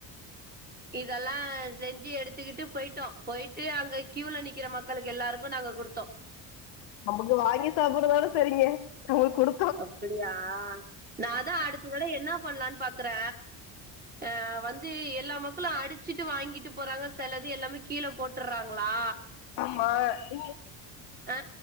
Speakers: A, on the right; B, on the left.
A: இதெல்லா செஞ்சு எடுத்துக்கிட்டு போய்ட்டோ போய்ட்டு அங்க க்யூல நிக்கிற மக்களுக்கு எல்லாருக்கு நாங்க குடுத்தோ
B: நமக்கு வாங்கி சாப்புரதோட செரிங்க நம்ளுக்கு குடு
A: அப்பிடியா நா அதா அடுத்ததடவ என்ன பண்லான் பாக்குற ஆ வந் து எல்லா மக்களு அடிச்சிட்டு வாங்கிட்டு போறாங்க செலது எல்லாமே கீழ போட்டறாங்ளா
B: ஆமா நீங்க
A: ஆ